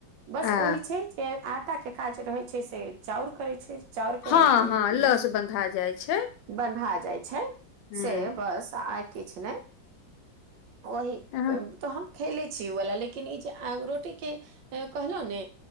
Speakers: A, on the right; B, on the left.
A: बस
B: आ
A: ओहि छै जे आटा जे काज रहै छै से चाउर करै छै। चाउर के
B: हँ हँ लस
A: ई
B: बन्धा जाइ छै
A: बन्धा जाइ छै
B: हूँ
A: से बस आइ किछु नहि। ओहि
B: हँ
A: के त हम खैले छी उ वला लेकिन ई जे आग रोटी के कहलहुँ ने